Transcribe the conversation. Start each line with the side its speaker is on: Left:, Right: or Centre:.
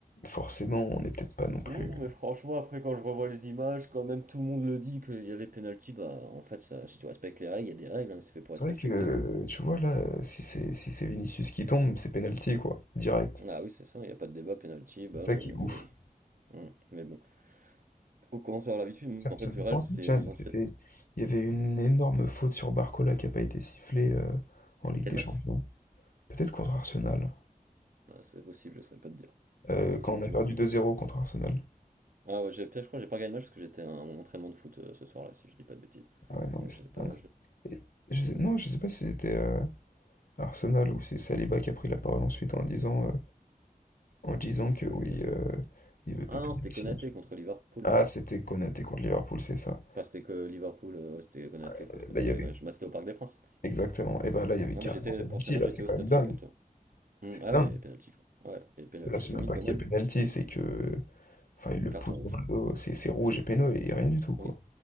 Left: forcément, on n'est peut-être pas non plus.
Right: Oui, non, mais franchement, après, quand je revois les images, quand même tout le monde le dit qu'il y avait penalty, bah, en fait, ça, si tu respectes les règles, il y a des règles, hein, c'est fait pour
Left: C'est
Right: être
Left: vrai
Right: respecté,
Left: que, euh,
Right: quoi.
Left: tu vois, là, si c'est si c'est Vinicius qui tombe, c'est penalty, quoi, direct.
Right: Ah oui, c'est ça, il n'y a pas de débat, penalty, bah,
Left: ça
Right: mais,
Left: qui est ouf.
Right: eh, <laughs> hum, mais bon. Faut commencer à avoir l'habitude, mais
Left: Ça,
Right: en
Left: ça
Right: fait, le
Left: me fait penser,
Right: Real, c'est
Left: tiens,
Right: censé.
Left: c'était, il y avait une énorme faute sur Barcola qui a pas été sifflée euh, en Ligue
Right: Quel
Left: des
Right: match?
Left: Champions. Peut-être contre Arsenal.
Right: Ah, c'est possible, je ne saurais pas te dire.
Left: Euh, quand
Right: Tu
Left: on
Right: me
Left: a
Right: poses.
Left: perdu 2-0 contre Arsenal.
Right: Ah ouais, j'ai, je crois que j'ai pas gagné le match parce que j'étais à mon entraînement de foot euh, ce soir-là, si je dis pas de bêtises.
Left: Ah ouais, non,
Right: Donc
Left: mais c'est
Right: j'ai pas.
Left: dingue. ça.
Right: j'ai-
Left: Et je sais- non, je sais pas si c'était. euh, Arsenal, où c'est Saliba qui a pris la parole ensuite en disant, euh, en disant que oui, euh, il veut pas
Right: Ah
Left: payer
Right: non, c'était
Left: le silence.
Right: Konaté contre Liverpool.
Left: Ah, c'était Konaté contre Liverpool, c'est ça.
Right: Enfin, c'était que Liverpool, euh, ouais, c'était Konaté
Left: Euh,
Right: contre
Left: Là,
Right: Paris,
Left: il y avait.
Right: ouais. Je- bah, c'était au Parc des Princes.
Left: Exactement. Et bah là, il y avait
Right: Non,
Left: carrément
Right: mais j'étais,
Left: penalty,
Right: pour ce match,
Left: là,
Right: j'étais
Left: c'est quand
Right: au stade,
Left: même dingue.
Right: figure-toi. Mmh,
Left: C'est
Right: ah
Left: dingue.
Right: ouais, il y a pénalty, quoi. Ouais, il y a pénalty
Left: Là, c'est
Right: fois
Left: même
Right: 1000,
Left: pas
Right: bah
Left: qu'il
Right: moi,
Left: y a penalty, c'est que. Enfin, il le
Right: carton
Left: pousse
Right: rouge.
Left: dans le dos, c'est c'est rouge et péno et rien du tout, quoi.
Right: Oui,